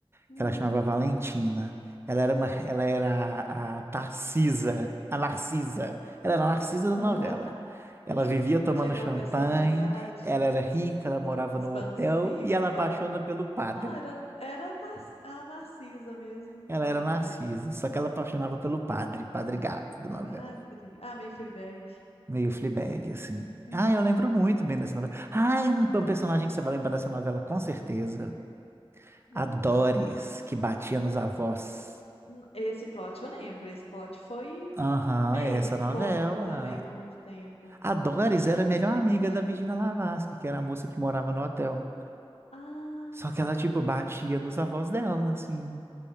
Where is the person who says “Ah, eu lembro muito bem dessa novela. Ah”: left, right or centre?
Right